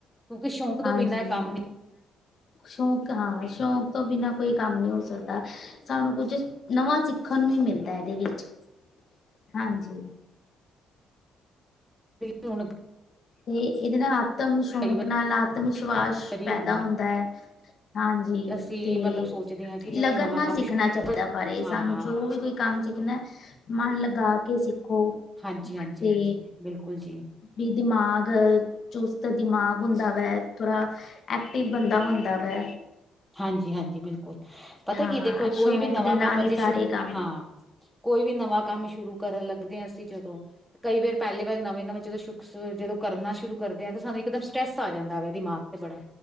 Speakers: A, in the centre; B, on the left.
A: ਕਿਓਕੇ ਸ਼ੌਕ ਤੋਂ
B: ਹਾਂਜੀ।
A: ਬਿਨਾਂ ਕੰਮ
B: ਸ਼ੌਕ ਹਾਂ ਸ਼ੌਕ ਤੋਂ ਬਿਨਾਂ ਕੋਈ ਕੰਮ ਨੀ ਹੋ ਸਕਦਾ, ਸਾਨੂੰ ਕੁੱਝ, ਨਵਾਂ ਸਿੱਖ ਨੂੰ ਹੀ ਮਿਲਦਾ ਇਹਦੇ ਵਿੱਚ ਹਾਂਜੀ।
A: ਵੀ ਹੁਣ।
B: ਤੇ ਇਹਦੇ ਨਾਲ ਆਤਮ
A: ਕਈ
B: ਸ਼ੌਕ ਨਾਲ ਆਤਮ ਵਿਸ਼ਵਾਸ
A: ਵਾਰੀ
B: ਪੈਦਾ
A: ਵੈ
B: ਹੁੰਦਾ ਹੈ। ਹਾਂਜੀ
A: ਅਸੀਂ
B: ਤੇ
A: ਮਤਲਬ ਸੋਚਦੇ ਹਾਂ ਕਿ ਚਲੋ
B: ਲਗਨ
A: ਨਵਾਂ
B: ਨਾ
A: ਕੰਮ
B: ਸਿੱਖਣਾ ਚਾਹੀਦਾ ਹੈ। ਪਰ ਇਹ
A: ਹਾਂ
B: ਸਾਨੂੰ ਜੋ ਵੀ ਕੋਈ। ਕੰਮ ਸਿੱਖਣਾ ਏ ਮਨ ਲਗਾ ਕੇ ਸਿੱਖੋ
A: ਹਾਂਜੀ ਹਾਂਜੀ
B: ਤੇ
A: ਹਾਂਜੀ ਬਿਲਕੁਲ ਜੀ
B: ਵੀ ਦਿਮਾਗ ਚੁਸਤ ਦਿਮਾਗ ਹੁੰਦਾ ਵਾ ਥੋੜਾ ਐਕਟਿਵ ਬੰਦਾ ਹੁੰਦਾ ਵੇ।
A: ਹਾਂਜੀ ਹਾਂਜੀ ਬਿਲਕੁਲ। ਪਤਾ
B: ਹਾਂ
A: ਕੀ ਦੇਖੋ
B: ਸ਼ੌਕ
A: ਕੋਈ ਵੀ ਨਵਾਂ
B: ਦੇ ਨਾਲ
A: ਕੰਮ ਅਜੇ
B: ਹੀ ਸਾਰੇ
A: ਸ਼ੁਰੂ
B: ਕੰਮ
A: ਹਾਂ ਕੋਈ ਵੀ ਨਵਾਂ ਕੰਮ ਸ਼ੁਰੂ ਕਰਨ ਲੱਗਦੇ ਆਂ ਅਸੀਂ ਜਦੋਂ, ਕਈ ਵਾਰ ਪੈਲੀ ਵਾਰ ਨਵੇਂ, ਨਵੇਂ ਜਦੋਂ ਕਰਨਾ ਸ਼ੁਰੂ ਕਰਦੇ ਆ ਤੇ ਸਾਨੂੰ ਇਕਦਮ ਸਟ੍ਰੈਸ ਆ ਜਾਂਦਾ ਵੇ ਦਿਮਾਗ ਤੇ ਬੜਾ